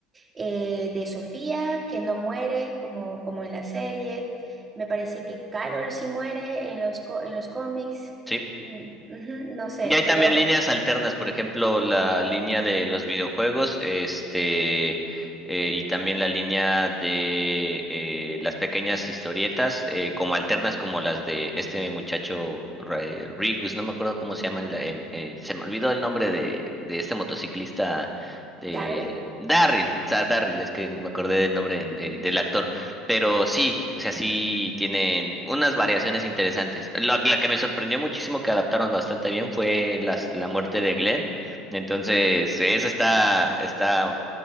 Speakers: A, on the right (about 25°); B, in the centre.
A: eh, de Sofía, que no muere como, como en la serie. Me parece que Carol sí muere en los, co- en los cómics.
B: sí.
A: Mm, ujú, no sé,
B: Y hay también
A: pero
B: líneas alternas, por ejemplo, la línea de los videojuegos, este, eh, y también la línea de eh, las pequeñas historietas, eh, como alternas, como las de este muchacho Re- Rigus, no me acuerdo cómo se llama, en la- en- eh, se me olvidó el nombre de, de este motociclista, eh,
A: Daryl
B: Darryl, o sea, Darryl, es que me acordé del nombre en-
A: ujú,
B: eh, del actor pero sí, o sea, sí tienen unas variaciones interesantes. La, la que me sorprendió muchísimo que adaptaron bastante bien fue las, la muerte de Glenn. Entonces, esa está, está